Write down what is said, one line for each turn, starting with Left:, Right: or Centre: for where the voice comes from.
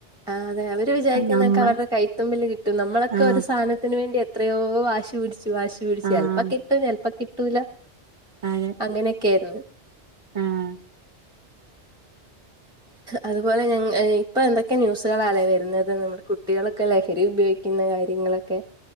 Centre: ആഹ് അതെ അതെ വര് വിചാരിക്കുന്നൊക്കെ
Right: ആ, നമ്മൾ
Centre: അവരുടെ കൈത്തുമ്പില് കിട്ടും നമ്മളൊക്ക
Right: ആഹ്
Centre: ഒരു സാധനത്തിന് വേണ്ടി എ ത്രയോ വാശി പിടിച്ച് വാശി പിടിച്ച്
Right: ആഹ്
Centre: ചെൽപ്പം കിട്ടും ചെൽപ്പം കിട്ടൂല
Right: അതെ
Centre: അങ്ങെനെ ക്കേര്ന്ന്
Right: ആഹ്
Centre: അതുപോലെ ഞങ്‌ ഇപ്പൊ എന്തൊക്കെ ന്യൂസുകളാലെ വരുന്നത് നമ്മുടെ കുട്ടികളൊക്കെ ലഹരി ഉപയോഗിക്കുന്ന കാര്യങ്ങളൊക്കെ